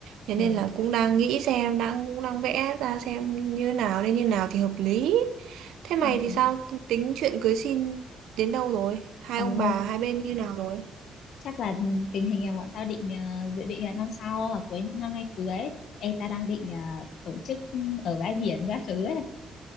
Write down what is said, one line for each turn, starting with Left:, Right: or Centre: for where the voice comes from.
Right: Thế
Left: ừ
Right: nên là cũng đang nghĩ xem, đang cũng đang vẽ ra xem như nào nên như nào thì hợp lý. Thế
Left: ừ
Right: mày thì sao tính chuyện cưới xin đến đâu rồi? Hai
Left: Ôi,
Right: ông bà hai bên như nào rồi?
Left: chắc là tình hình là bọn tao định ờ, dự định là năm sau hoặc cuối năm nay cưới Ê, ta đang định ờ, tổ chức ở bãi biển các thứ ấy